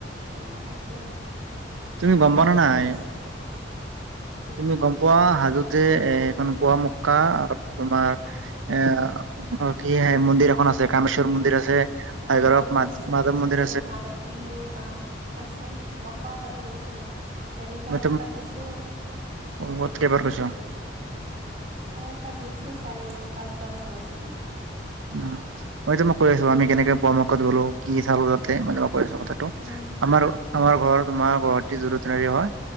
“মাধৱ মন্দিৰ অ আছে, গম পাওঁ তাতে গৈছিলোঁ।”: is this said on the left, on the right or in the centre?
Right